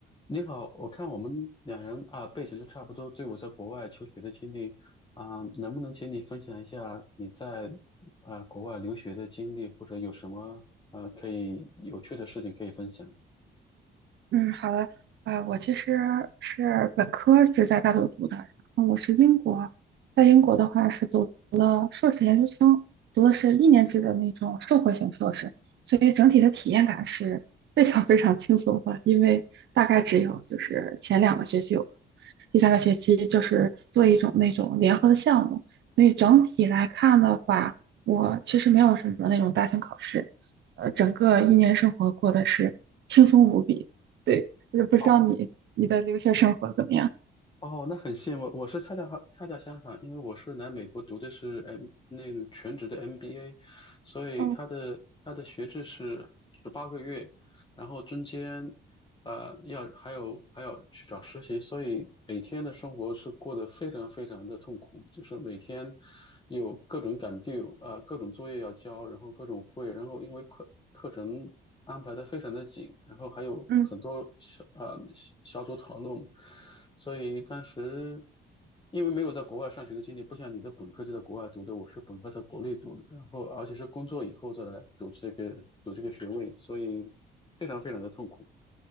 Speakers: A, on the left (about 25°); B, on the right (about 65°).
A: 你好，我看我们两人啊背景都差不多，都有在国外求学的经历啊，能不能请你分享一下你在啊国外留学的经历，或者有什么啊可以有趣的事情可以分享？
B: 嗯，好的，呃，我其实是本科是在大陆读的，然后我是英国，在英国的话是读的硕士研究生，读的是一年制的那种社会型硕士，所以整体的体验感是非常非常轻松的，因为大概只有就是前两个学期有第三个学期就是做一种那种联合的项目，所以整体来看的话，我其实没有什么那种大型考试，呃，整个一年生活过得是轻松无比。对，我就不知道你你的留学生活怎么样？
A: 哦，哦，那很羡慕。我是恰恰好恰恰相反，因为我是来美国读的是 M 那个全职的 MBA，所以他的他的学制是十八个月，
B: 嗯
A: 然后中间呃要还有还要去找实习，所以每天的生活是过得非常非常的痛苦，就是每天有各种赶 due，呃各种作业要交，然后各种会，然后因为课课程安排的非常的紧，然后还有很多小呃小小组讨论，
B: 嗯，
A: 所以当时因为没有在国外上学的经历，不像你的本科就在国外读的，我是本科在国内读的，然后而且是工作以后再来读这个有这个学位，所以非常非常的痛苦。